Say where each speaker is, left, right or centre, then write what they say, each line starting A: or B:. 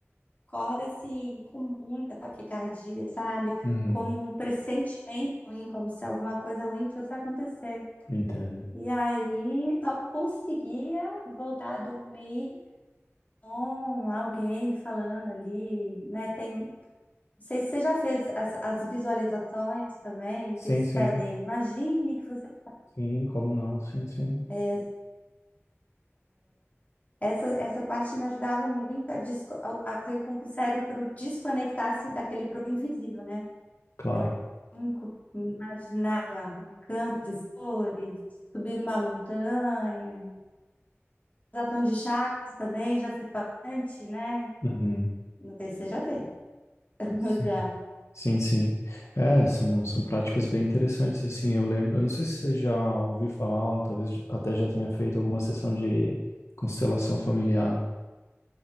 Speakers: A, on the left; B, on the left.
A: Acorda assim, com muita taquicardia, sabe?
B: uhum,
A: Como um pressentimento ruim, como se alguma coisa ruim fosse acontecer.
B: entendo.
A: E aí, só conseguia voltar a dormir com alguém falando ali, né? Tem, não sei se você já fez as, as visualizações também,
B: Sim,
A: que eles
B: sim,
A: pedem. Imagine que você
B: sim, como não? Sim, sim,
A: está Essa, essa parte me ajudava muito a, desco- a- a fazer com que o cérebro desconectasse daquele problema invisível, né?
B: claro.
A: Então, eu imaginava um campo de flores, subir uma montanha, ação de chakras também, já fiz bastante, né?
B: Uhum,
A: Não sei se você já fez. <laughs>
B: sim,
A: Já.
B: sim, sim. É, são, são práticas bem interessantes, assim, eu lembro, eu não sei se você já ouviu falar, ou talvez até já tenha feito alguma sessão de constelação familiar.